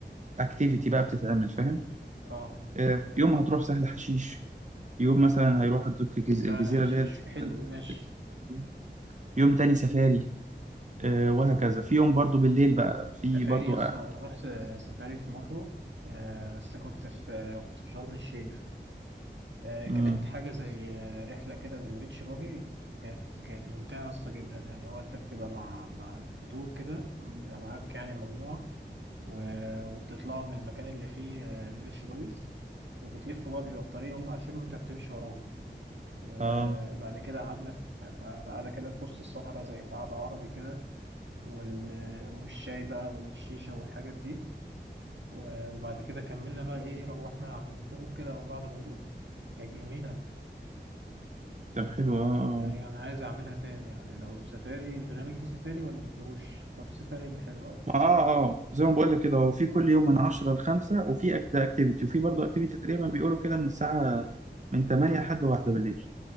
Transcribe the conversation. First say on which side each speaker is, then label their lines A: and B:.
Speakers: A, on the right (about 40°); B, on the right (about 80°).
A: اكتيفيتي بقى بتتعمل فاهم
B: اه
A: آه، يوم هتروح سهل حشيش يوم مثلا هيروح الدك الجز...
B: سهل
A: الجزيرة
B: حشيش
A: اللي هي اللي اسمها
B: حلو
A: ال-
B: ماشي
A: ال- دي. يوم تاني سفاري آه، وهكذا في يوم برضو بالليل بقى في
B: سفاري
A: برضو
B: يس
A: آه،
B: أنا رحت سفاري في مرة آه، بس كنت في كنت في شرم الشيخ آه، كانت
A: امم
B: حاجة زي آه، رحلة كده بالبيتش باجي كانت كانت ممتعة يا اسطى جدا يعني هو أنت بتبقى مع مع في تور كده بيبقى معاك يعني مجموعة و- وبتطلعوا من المكان اللي فيه آه، البيتش باجيز وبتلفوا بقى بيبقى الطريق هم عارفينه وأنت بتمشي وراهم وبعد
A: اه
B: كده قعدنا في في قعدة كده في وسط الصحراء زي في قعدة عربي كده وال- والشاي بقى والشيشة والحاجات دي و- وبعد كده كملنا بقى ايه روحنا على الغروب كده او بعد الغروب كانت جميله
A: طب حلو اه اه
B: يعني انا عايز اعملها تاني يعني لو سفاري البرنامج فيه سفاري ولا ما فيهوش لو فيه سفاري يبقى حلو قوي
A: ما اه اه زي ما بقول لك كده هو في كل يوم من 10 ل 5 وفي أك- ده اكتيفيتي وفي برضه اكتيفيتي تقريبا بيقولوا كده من الساعة من 8 لحد 1 بالليل